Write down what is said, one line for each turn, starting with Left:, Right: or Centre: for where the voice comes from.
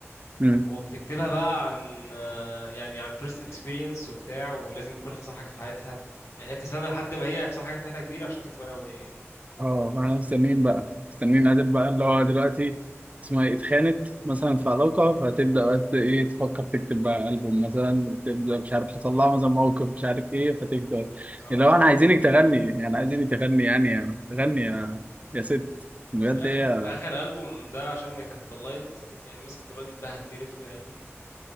Right: مم.
Left: وبتكتبها بقى عن يعني عن personal experience وبتاع ولازم يكون حصل حاجة في حياتها يعني هي بتستنى لحد ما هي يحصل حاجة في حياتها كبيرة عشان تكتب عليها أغنية يعني
Right: اه فاحنا مستنيين بقى مستنيين عادل بقى اللي هو دلوقتي اسمها ايه اتخانت مثلا في علاقة فتبدأ بقى ت- ايه تفكر تكتب بقى ألبوم مثلا تبدأ مش عارف حصل لها مثلا موقف مش عارف ايه فتكتب
Left: اه
Right: اللي
Left: ما
Right: هو انا
Left: هو
Right: عايزينك تغني يعني عايزينك تغني يعني يا- تغني يا يا ست بجد
Left: آخر
Right: هي
Left: آخر ألبوم ده عشان هي كانت طلقت يعني مسكت الراجل بهدلته يا عيني